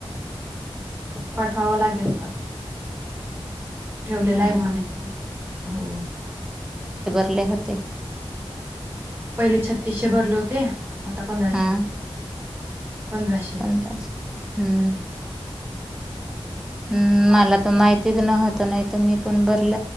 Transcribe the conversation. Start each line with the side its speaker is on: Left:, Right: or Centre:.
Right: पठावा लागेलता ठेवलेला
Centre: हा
Right: आहे
Centre: ना
Right: मने हो
Centre: बले होते
Right: पहिले छत्तीसशे भरले होते आता पंधराशे
Centre: हा
Right: पंधराशे
Centre: पंधरा स हम्म हम्म मला त माहितीच नव्हत नाही तर मी पण भरल